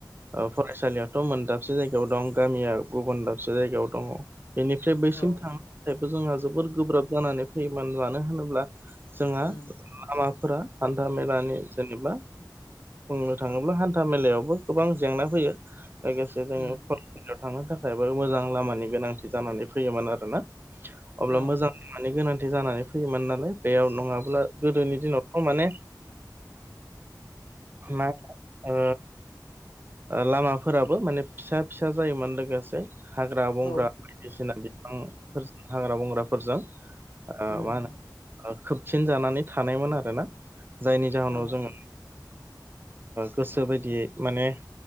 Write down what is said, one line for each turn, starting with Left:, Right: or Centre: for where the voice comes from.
Right: ओ फरायसालियाव मोन दाबसे जायगायाव दं गामिया गुबुन दाबसे जायगायाव दङ बेनिफ्राय बैसिम
Left: औ
Right: थां नायाबो जोंहा जोबोद गोब्राब जानानै फैयोमोन मानो होनोब्ला जोंहा
Left: उम
Right: लामाफोरा हान्था मेलानि जेनेबा बुंनो थाङोब्ला हान्था मेलायावबो गोबां जेंना फैयो लोगोसे जोङो
Left: उम
Right: याव थांनो थाखायबो मोजां लामानि गोनांथि जानानै फैयोमोन आरो ना अब्ला
Left: औ
Right: मोजां माने गोनांथि जानानै फैयोमोन नालाय बेयाव नङाब्ला गोदोनि दिनावथ' माने मा ओ लामाफोराबो माने फिसा फिसा जायोमोन लोगोसे हाग्रा बंग्रा
Left: औ
Right: बायदिसिना बिफांफोरजों हाग्रा बंग्राफोरजों
Left: उम
Right: मा होनो
Left: उम
Right: खोबसिन जानानै थानायमोन आरोना जायनि जाहोनाव
Left: औ
Right: जोङो गोसो बायदियै माने